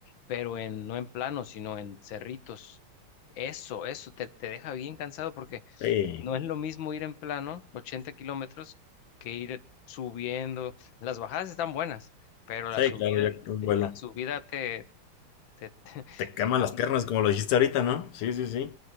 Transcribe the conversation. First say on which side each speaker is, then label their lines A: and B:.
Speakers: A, on the left; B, on the left.
A: pero en, no en plano, sino en cerritos. Eso, eso te, te deja bien cansado porque
B: Sí,
A: No es lo mismo ir en plano, 80 kilómetros, que ir subiendo. Las bajadas están buenas, pero la
B: sí,
A: subida,
B: claro, ya que vuelo.
A: en la subida te, te, te, <laughs>
B: Te queman
A: te cansa.
B: las piernas, como lo dijiste ahorita, ¿no? Sí, sí, sí.